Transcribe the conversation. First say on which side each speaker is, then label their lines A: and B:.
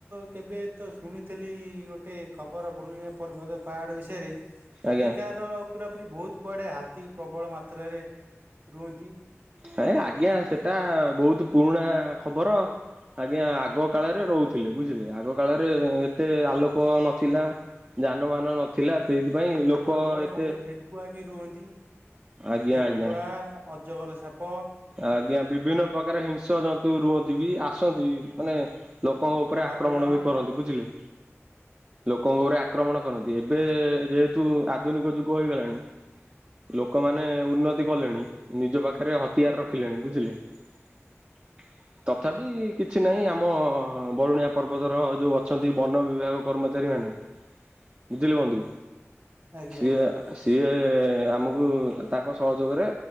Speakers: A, on the right (about 45°); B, on the right (about 30°).
A: କେବେ ତ ଶୁଣିଥିଲି ଗୋଟେ ଖବର ବରୁଣିଆ ପର୍ବତ ପାହାଡ଼ ବିଷୟରେ ହେଠିକାର
B: ଆଜ୍ଞା
A: ପରାପୁରି ବୋହୁତ କୁଆଡ଼େ ହାତୀ ପ୍ରବଳ ମାତ୍ରାରେ ରୁହନ୍ତି।
B: ହେ ଆଜ୍ଞା ସେଟା ବହୁତ ପୁରୁଣା ଖବର। ଆଜ୍ଞା ଆଗ କାଳରେ ରହୁଥିଲେ ବୁଝିଲେ ଆଗ କାଳରେ ଏତେ ଆଲୋକ ନଥିଲା। ଯାନବାହାନ ନ ଥିଲା ସେହିତିପାଇଁ ଲୋକ
A: ଆଉ କୁଆଡେ
B: ଏତେ
A: ବହୁତ ଠେକୁଆ ବି ରୁହନ୍ତି
B: ଆଜ୍ଞା
A: ଠେକୁଆ
B: ଆଜ୍ଞା।
A: ଅଜଗର ସା ପ
B: ଆଜ୍ଞା ବିଭିନ୍ନ ପ୍ରକାର ହିଂସ ଜନ୍ତୁ ରୁହନ୍ତି ବି ଆସନ୍ତି
A: ଉଁ
B: ମାନେ ଲୋକଙ୍କ ଉପରେ ଆକ୍ରମଣ
A: ହରିଣ
B: ବି କରନ୍ତି, ବୁଝିଲେ? ଲୋକଙ୍କ ଓପରେ ଆକ୍ରମଣ କରନ୍ତି ଏବେ ଯେହେତୁ ଆଧୁନିକ ଯୁଗ ହେଇଗଲାଣି ଲୋକମାନେ ଉନ୍ନତି କଲେଣି ନିଜ ପାଖରେ ହତିଆର ରଖିଲେଣି ବୁଝିଲେ। ହ। ତଥାପି କିଛି ନାହିଁ ଆମ ବରୁଣିଆ ପର୍ବତର ଯୋଉ ଅଛନ୍ତି ବନ ବିଭାଗ କର୍ମଚାରୀ ମାନେ ବୁଝିଲେ ବନ୍ଧୁ।
A: ଆଜ୍ଞା
B: ସିଏ
A: ବନ୍ଧୁ।
B: ସିଏ ଆମକୁ ତାଙ୍କ ସହଯୋଗରେ